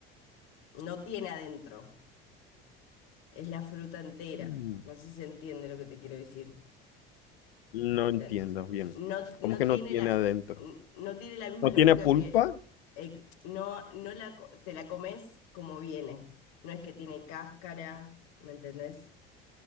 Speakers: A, on the left; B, on the left.
A: no tiene adentro, es la fruta entera.
B: mm,
A: No sé si se entiende lo que te quiero decir.
B: no entiendo
A: sea,
B: bien.
A: no, no
B: ¿Cómo que
A: tiene
B: no tiene
A: la,
B: adentro?
A: no tiene la misma
B: ¿No
A: lógica
B: tiene pulpa?
A: que eh, no, no la, co- te la comes como viene. No es que tiene cáscara, ¿me entendés?